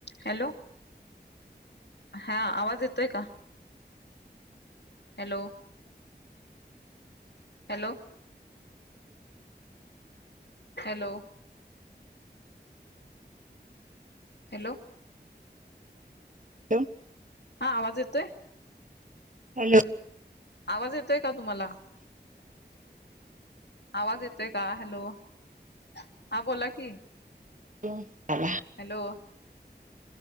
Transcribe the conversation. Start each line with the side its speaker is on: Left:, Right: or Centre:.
Left: हॅलो हा आवाज येतोय का? Hello. Hello. Hello. Hello.
Right: Hello.
Left: हा आवाज येतोय?
Right: हॅलो.
Left: आवाज येतोय का तुम्हाला? आवाज येतोय का हॅलो हा बोला कि.
Right: <inaudible>
Left: हॅलो